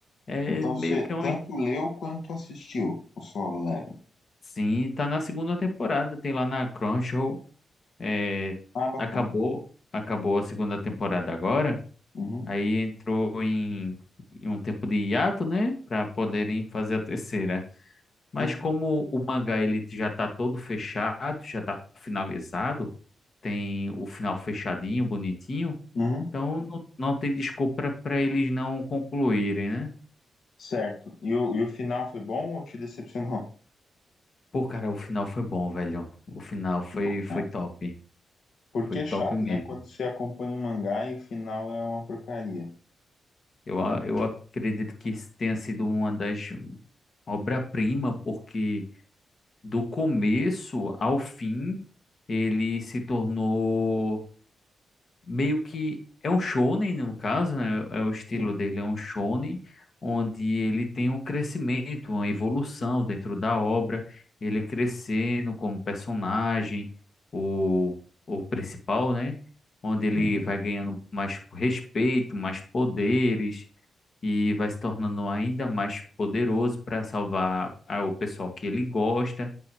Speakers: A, on the left; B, on the left.
A: É
B: Então
A: meio
B: você
A: que um.
B: tanto leu quanto assistiu o Solo Leveling.
A: Sim, tá na segunda temporada, tem lá na Crunchyroll. É,
B: Ah, bacana.
A: acabou, acabou a segunda temporada agora.
B: Uhum,
A: Aí entrou em, em um tempo de hiato, né? Para poderem fazer a terceira. Mas
B: sim.
A: como o mangá ele já tá todo fechado, já tá finalizado, tem o final fechadinho, bonitinho,
B: Uhum,
A: então não, não tem desculpa para eles não concluírem, né?
B: certo. E o, e o final foi bom ou te decepcionou? <laughs>
A: Pô, cara, o final foi bom, velho. O final foi,
B: Que bom,
A: foi
B: né?
A: top.
B: Porque
A: Foi top
B: é chato,
A: mesmo.
B: né? Quando você acompanha um mangá e o final é uma porcaria.
A: Eu, a- eu acredito que isso tenha sido uma das obra-prima, porque. do começo ao fim, ele se tornou meio que é um shonen no caso, né? É o estilo
B: Sim.
A: dele, é um shonen onde ele tem um crescimento, uma evolução dentro da obra, ele crescendo como personagem, o o principal, né? Onde ele
B: Uhum.
A: vai ganhando mais respeito, mais poderes e vai se tornando ainda mais poderoso para salvar ah, o pessoal que ele gosta